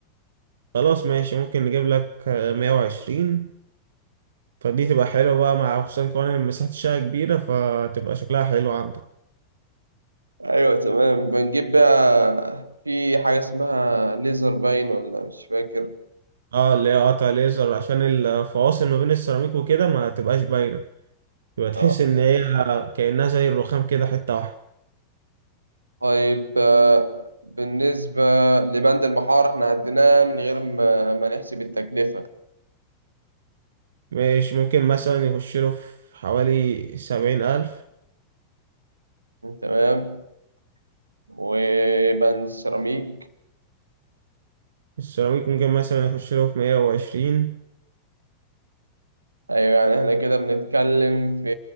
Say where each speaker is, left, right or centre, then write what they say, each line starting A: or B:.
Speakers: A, on the right (about 60°); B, on the right (about 80°).
A: خلاص ماشي ممكن نجيب لك آه، 120 فدي تبقى حلوة بقى مع خصوصا كمان ان مساحة الشقة كبيرة فتبقى شكلها حلو عندك
B: أيوة تمام بنجيب بقى في حاجة اسمها ليزر باين ولا مش فاكر
A: اه اللي هي قطع ليزر عشان الفواصل ما بين السيراميك وكده ما تبقاش باينة يبقى تحس
B: اه
A: ان هي كأنها زي الرخام كده حتة واحدة
B: طيب آه، بالنسبة لبند المحارة احنا عديناه من غير ما ما نحسب التكلفة
A: مش ممكن مثلا يخش له في حوالي سبعين ألف
B: تمام وبند السيراميك
A: السيراميك ممكن مثلا يخش له في مية وعشرين
B: ايوه يعني احنا كده بنتكلم في